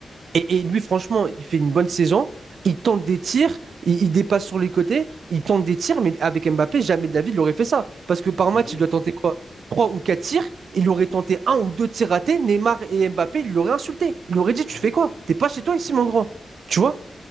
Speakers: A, on the right; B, on the left.
A: Et, et lui, franchement, il fait une bonne saison. Il tente des tirs, il, il dépasse sur les côtés, il tente des tirs, mais avec Mbappé, jamais de la vie, il aurait fait ça. Parce que par
B: Jamais.
A: match, il doit tenter quoi? Trois ou quatre tirs, il aurait tenté un ou deux tirs ratés. Neymar et Mbappé, il l'aurait insulté. Il aurait dit,
B: Bah
A: tu fais
B: oui.
A: quoi? T'es pas chez toi ici,
B: Ouais,
A: mon
B: ouais,
A: grand. Tu vois?